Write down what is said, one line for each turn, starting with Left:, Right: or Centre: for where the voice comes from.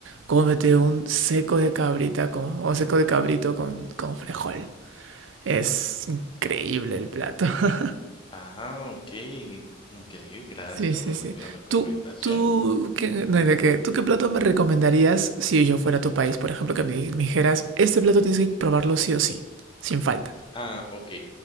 Right: cómete un seco de cabrita con, o seco de cabrito con, con frejol. Es increíble el plato. <laughs>
Left: Ah, ok, increíble, gracias
Right: Sí, sí,
Left: por
Right: sí.
Left: la recomendación.
Right: ¿Tú, tú, qué, no, ¿de qué? ¿Tú qué plato me recomendarías si yo fuera a tu país? Por ejemplo, que me, di- me dijeras, este plato tienes que probarlo sí o sí, sin falta.
Left: Ah, ok,